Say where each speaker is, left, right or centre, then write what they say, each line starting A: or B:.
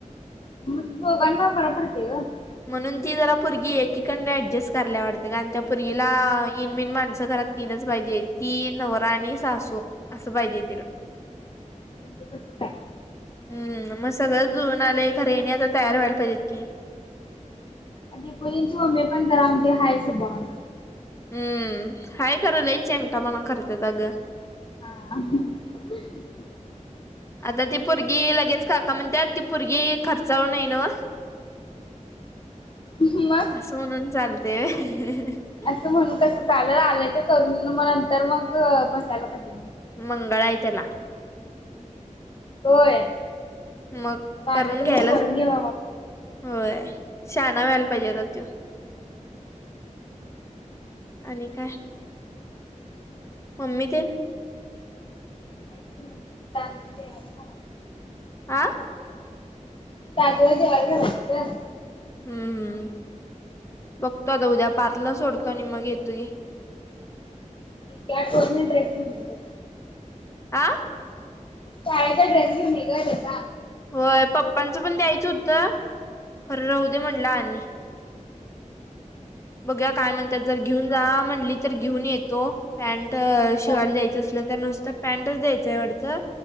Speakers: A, on the left (about 40°); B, on the left (about 20°).
A: <unintelligible> <unintelligible>
B: म्हणून ती जरा पोरगी एकीकड ऍडजस्ट करायला वाटतंय ग इनबन माणसं घरात तीनच पाहिजे ती नवरा आणि सासू असं पाहिजे तिला
A: <inaudible> आहे
B: हम्म मग सगळं जुळूनआलं खर ह्यांनीआता तयार व्हायला पाहिजे की
A: दापोलीच्या मम्मी जरा हाय स्वभावाने
B: हम्म हाय खर लय चेंगटापना करतात अगं
A: <inaudible>
B: आता ती पोरगी लगेच काका म्हणते ती पोरगी खर्चाळू नाही ना
A: <inaudible>
B: असं म्हणून चालते होय <unintelligible>
A: असं म्हणून कसं चाल आलंय तर करून मग नंतर मग बसायला पाहिजे.
B: मंगळ आहे त्याला
A: होय
B: मग करून
A: आले तर
B: घ्यायलाच
A: म करून घे <inaudible>
B: होय शहाणा व्हायला पाहिजे आता त्यो आणि काय? मम्मी ते
A: <inaudible> <inaudible>
B: आं
A: दादाला जेवायला घालायचं की ग
B: हम्म हम्म बघतो आता उद्या पार्थला सोडतो आणि मग येतो
A: या को ड्रेस <inaudible>
B: आं
A: शाळेचा ड्रेस घेऊन ग त्याचा
B: होय, पप्पांचं पण द्यायचं होतं. खरं राहू
A: हा
B: दे म्हटलं आणि बघूया, काय म्हणतात? जर घेऊन जा म्हणली तर घेऊन येतो पॅन्ट
A: चालते
B: शिवायला द्यायचं असल तर नुसत पॅन्टच द्यायचं आहे वाटत